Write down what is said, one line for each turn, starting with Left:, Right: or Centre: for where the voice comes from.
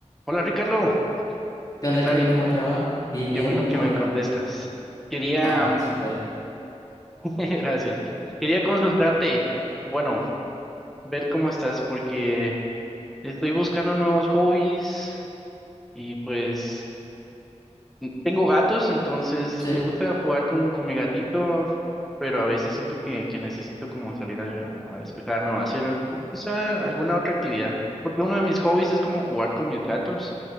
Centre: Hola Ricardo,
Left: ¿Qué onda,
Centre: ¿qué tal?
Left: Kevin? ¿Cómo te va? Bien,
Centre: Qué
Left: bien,
Centre: bueno
Left: todo
Centre: que me
Left: bien.
Centre: contestas. Quería,
Left: Ah,
Centre: mm,
Left: súper.
Centre: <laughs> gracias, quería consultarte, eh, bueno, ver cómo estás, porque estoy buscando nuevos hobbies y pues tengo gatos, entonces
Left: Sí,
Centre: me gusta jugar con, con mi gatito, pero a veces siento que, que necesito como salir a, a despejarme o hacer quizá alguna otra actividad, porque uno de mis hobbies es como jugar con mis gatos,